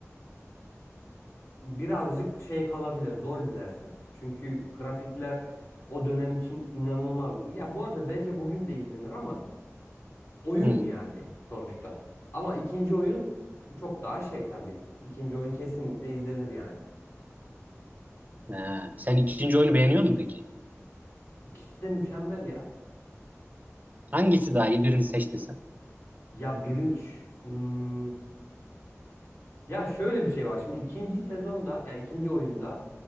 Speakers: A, on the left; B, on the right.
A: birazcık şey kalabilir, zor izlersin. Çünkü grafikler o dönem için inanılmazdı. Ya bu arada bence bugün de izlenir ama oyun
B: Hı.
A: yani sonuçta. Ama ikinci oyun çok daha şey tabii. İkinci oyun kesinlikle izlenir yani.
B: Ha, sen ikinci oyunu beğeniyor musun peki?
A: İkisi de mükemmel ya.
B: Hangisi daha iyi birini seç desem?
A: Ya birinci... Hmm, ya şöyle bir şey var. Şimdi ikinci sezonda yani ikinci oyunda